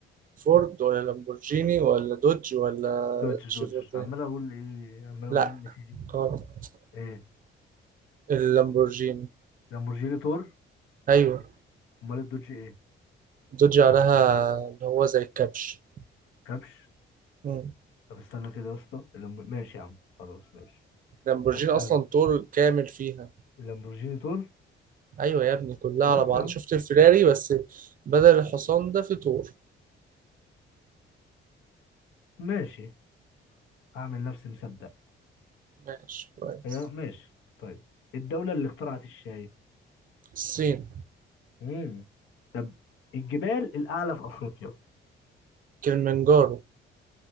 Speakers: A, on the right (about 45°); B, on the left (about 85°).
A: فورد ولا لامبورجيني ولا دوج ولا
B: دوج
A: شيفورلي
B: دوج عمال اقول ايه عمال اقول
A: لا
B: ايه اللي فيه جي
A: غلط
B: ايه
A: اللامبورجيني
B: لامبورجيني تور
A: ايوه
B: امال الدوج ايه
A: دوج عليها اللي هو زي الكبش
B: كبش
A: مم.
B: طب استنى كده يا اسطى اللامبور- ماشي يا عم خلاص ماشي
A: لامبورجيني
B: اسال
A: اصلا طول كامل فيها
B: اللامبورجيني تور
A: ايوه يا ابني كلها
B: خلاص
A: على بعض
B: يا عم
A: شفت الفيراري بس بدل الحصان ده في طور
B: ماشي هعمل نفسي مصدق
A: ماشي كويس
B: هي ماشي طيب الدولة اللي اخترعت الشاي
A: الصين
B: امم طب الجبال الأعلى في أفريقيا
A: كلمنجارو